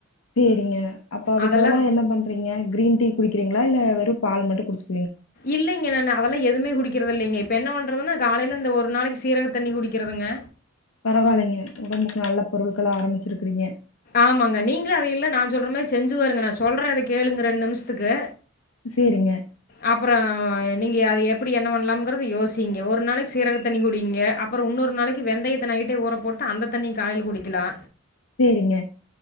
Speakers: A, on the left (about 70°); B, on the left (about 45°).
A: சேரிங்க அப்ப அதுக்
B: அதெல்லாம்
A: பதிலா என்ன பண்றீங்க கிரீன் டீ குடிக்கிறீங்களா இல்ல வெறு பால் மட்டு குடிச்சி
B: இல்லைங்க நான் அதெல்லா எதுமே குடிக்க இங்க இப்ப என்ன பண்றதுன்னா காலையில இந்த ஒரு நாளைக்கு சீரக தண்ணி குடிக்கிறதுங்க
A: பரவாயில்லைங்க உடம்புக்கு நல்ல பொருட்கள ஆரம்பிச்சிருக்குறீங்க
B: ஆமாங்க நீங்களும் அதை எல்லா நான் சொல்ற மாரி செஞ்சு பாருங்க நான் சொல்றேன் அதை கேளுங்க ரெண்டு நிமிஷத்துக்கு
A: செரிங்க
B: அப்புற நீங்க அது எப்படி என்ன பண்ணலாம்ங்கறத யோசிங்க ஒரு நாளைக்கு சீரக தண்ணி குடிங்க அப்புறம் இன்னொரு நாளைக்கு வெந்தயத்தை நைட்டே ஊற போட்டு அந்த தண்ணி காலையில குடிக்கலா
A: செரிங்க